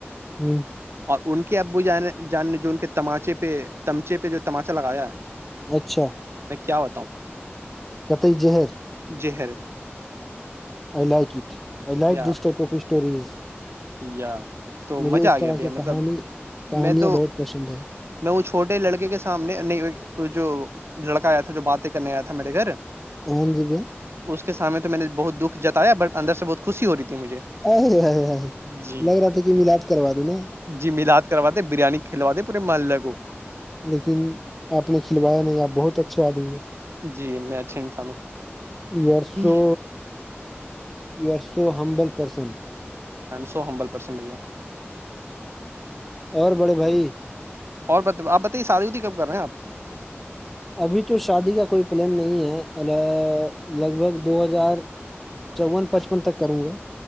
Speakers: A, in the centre; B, on the right (about 65°).
A: ہوں
B: اور ان کے ابو جان جان نے جو ان کے تماچے پہ تمچے پہ جو تماچہ لگایا
A: اچھا
B: میں کیا بتاؤں
A: کتئی ہر
B: جہر
A: آئی لائکٹ آ لائک
B: یا
A: دس ٹپ آ اسٹورز
B: یا تو
A: مجھے
B: مزہ
A: اس
B: آ گیا
A: طرح
B: بھیا
A: کی کہانی
B: مطلب
A: کہانیاں
B: میں تو
A: بہت پسند ہیں
B: میں وہ چھوٹے لڑکے کے سامنے نہیں جو لڑکا آیا تھا جو باتیں کرنے آیا تھا میرے گھر
A: ہاں جی بھیا
B: اس کے سامنے تو میں نے بہت دکھ جتایا بٹ اندر سے بت خوش ہوی تھی مجھے
A: ا ہ ہ
B: جی
A: لگ رہا تھا کہ ملاد کروا دوں نا
B: جی ملاات کرواتے بریانی کھلواتے پورے محلے کو
A: لیکن آپ نے کھلوایا نہیں آپ بہت اچھے آدمی ہیں
B: جی میں اچھی تھ
A: یو آر so
B: ہ
A: you are so humble person
B: so ہبلسن بھیا
A: اور بڑے بھائی
B: اور ب آپ بتےادی ہوتی کب کر رہ ہیں آپ
A: ابھی تو شادی کا کوئی پلان نہیں ہے ال لگ بھگ دو ہزار چون پچپن تک کروں گے